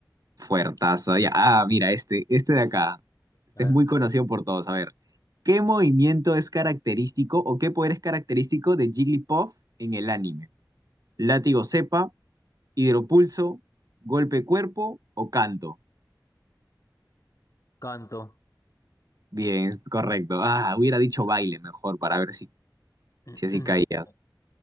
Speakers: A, on the right; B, on the left.
A: Fuertazo. Ya, ah, mira, este, este de acá. Este
B: A ver,
A: es muy conocido por todos. A ver, ¿qué movimiento es característico o qué poder es característico de Jigglypuff en el anime? Látigo cepa, hidropulso, golpe cuerpo o canto.
B: Canto.
A: Bien, es correcto. Ah, hubiera dicho
B: Ya,
A: baile mejor para ver si,
B: <clears throat>
A: si así caías.